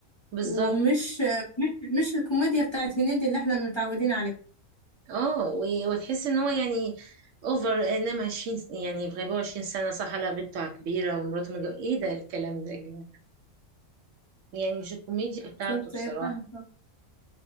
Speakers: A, on the right; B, on the left.
A: بالظبط
B: ومش مش, مش الكوميديا بتاعت هنيدي اللي احنا متعودين عليها
A: اه و- وتحس ان هو يعني اوفر انما 20 س- يعني بيبقوا 20 سنه صح لا بنته كبيره ومراته متجوزه ايه ده الكلام ده يا جماعه يعني مش الكوميديا بتاعته
B: بالظبط
A: بصراحه
B: هي فعلا صح